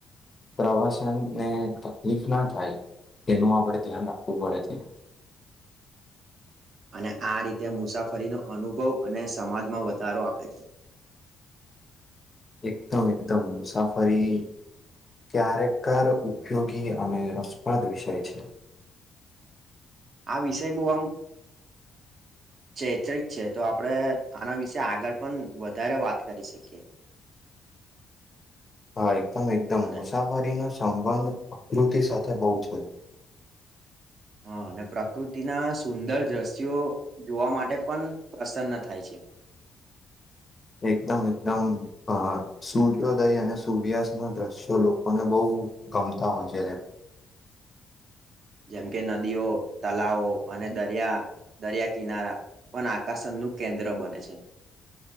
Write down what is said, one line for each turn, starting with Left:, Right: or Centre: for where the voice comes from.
Left: પ્રવાસન ને તકલીફ ના થાય. તેનું આપડણે ધ્યાન રાખવું પડે છે.
Right: <unintelligible> અને આ રીતે મુસાફરીનો અનુભવ અને સમાજમાં વધારો આપે છે. <unintelligible>
Left: એકદમ એકદમ મુસાફરી ક્યારેકર ઉપયોગી અને રસપ્રદ વિષય છે.
Right: આ વિષય બહ, આમ ચેતિત છે, તો આપણે આના વિશે આગળ પણ વધારે વાત કરી શકીએ <unintelligible>
Left: હા, એકદમ એકદમ
Right: અને
Left: મુસાફરીનો, સંબંધ પ્રકૃતિ સાથે બહુ છે.
Right: હા, અને પ્રકૃતિના સુંદર દ્રશ્યો જોવા માટે પણ પ્રસન્ન થાય છે. <unintelligible>
Left: એકદમ એકદમ અ સૂર્યોદય, અને સૂર્યાસ્તના દ્રશ્યો લોકોને બહ ગમતા હોય છે, જને
Right: જેમ, કે નદીઓ તલાવો, અને દરિયા, દરિયા કિનારા પણ આકર્ષણનું કેન્દ્ર બને છે.